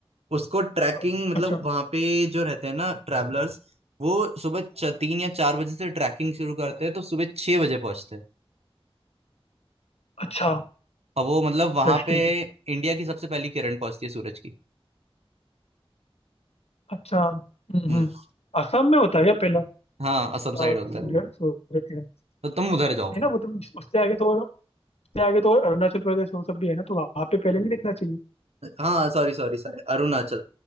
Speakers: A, on the right; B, on the left.
A: उसको ट्रैकिंग
B: हाँ,
A: मतलब
B: अच्छा
A: वहां पे जो रहते हैं ना ट्रैवलर्स वो सुबह च- तीन या चार बजे से ट्रैकिंग शुरू करते हैं तो सुबह छह बजे पहुंचते हैं
B: अच्छा
A: और वो मतलब वहां
B: इंटरेस्टिंग
A: पे इंडिया की सबसे पहली किरण पहुंचती है सूरज की
B: अच्छा हम्म
A: हम्म
B: हम्म असम में होता है क्या पहला
A: हाँ
B: पहला
A: असम साइड होता
B: सूर्य
A: है
B: सूर्य किरण
A: तो तुम उधर जाओ
B: नहीं ना वो तो उस- उससे आगे तो उससे आगे तो अरुणाचल प्रदेश वो सब भी है ना तो वहाँ पे पहले नहीं दिखना चाहिए
A: हाँ सॉरी सॉरी सॉरी अरुणाचल